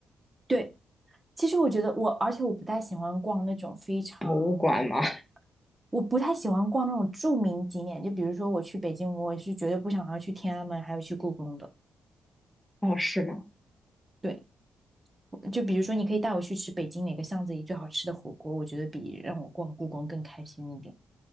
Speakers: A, on the right; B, on the left.
A: 对，其实我觉得我，而且我不太喜欢逛那种非常
B: 博物馆吗？
A: 我不太喜欢逛那种著名景点，就比如说我去北京，我是绝对不想要去天安门，还有去故宫的。
B: <laughs> 哦，是吗？
A: 对，就比如说你可以带我去吃北京哪个巷子里最好吃的火锅，我觉得比让我逛故宫更开心一点，